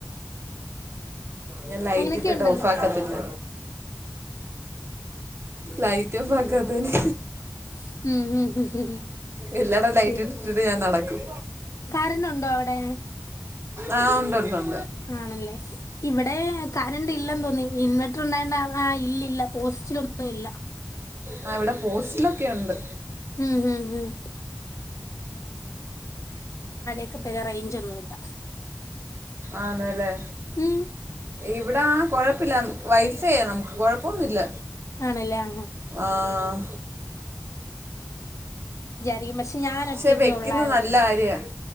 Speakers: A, on the right; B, on the left.
A: ഞാൻ ലൈറ്റ്
B: അങ്ങനെയൊക്കെ
A: ഇട്ടിട്ട്
B: ഉണ്ടല്ലോ
A: ഓഫ് ആക്കത്തില്ല. ലൈറ്റ് ഓഫ് ആക്കാത്തേന്
B: ഉം
A: ഇല്ലട ലൈറ്റ്
B: പിന്നെ
A: ഇട്ടിട്ടിട്ട് ഞാൻ നടക്കും.
B: കറണ്ട് ഉണ്ടോ അവിടെ
A: ആഹ് ഉണ്ട് ഉണ്ട്ണ്ട്.
B: ആണല്ലേ ഇവിടെ ക റൻ്റ് ഇല്ലെന്ന് തോന്നി ഇൻവെർട്ടർ ഉണ്ടായോണ്ടാ ആ ഇല്ലില്ല പോസ്റ്റിലൊന്നും ഇല്ല.
A: ആഹ് ഇവിടെ പോസ്റ്റിലൊക്കെ ഉണ്ട്.
B: ഉം ഉം ഉം പ <unintelligible> റേഞ്ച് ഒന്നുമില്ല.
A: ആന്ന്ല്ലേ
B: ഉം
A: ഇവിടാ കുഴപ്പമില്ല വൈഫൈയാ നമുക്ക് കുഴപ്പമൊന്നുമില്ല.
B: ആണല്ലേ ആ
A: ആഹ്.
B: രിക്കും പക്ഷേ ഞാൻ
A: പക്ഷെ
B: ഒറ്റക്കെ
A: വെക്കുന്നത്
B: ഒള്ളായിരുന്നു
A: നല്ല കാര്യമാണ്